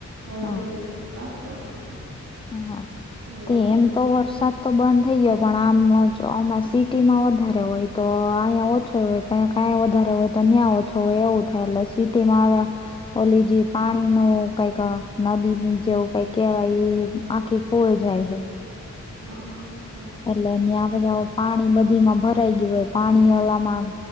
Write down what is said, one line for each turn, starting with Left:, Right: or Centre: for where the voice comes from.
Right: અડધી
Left: હા
Right: કલાક પછી પાછો આવશે.
Left: હા,
Right: એવું
Left: તે
Right: આખો
Left: એમ
Right: દી
Left: તો વરસાદ તો બંધ થઈ ગયો. પણ આમ આ સિટી માં વધારે હોય તો અહીંયા ઓછો હોય. ક્યા કંઈ વધારે હોય તો ન્યાં ઓછો હોય એવું થાય એટલે સિટી માં આવ્યા ઓલીજી પાણી નું કઈક અહ નદી જેવું કઈક કેહેવાય ઈ આંખે પોલ જાય હૈ.
Right: હ અહ હ.
Left: એટલે એયા પછી પાણી બધી માં ભરાઈ ગયું હોય. પાણી ઓલામાં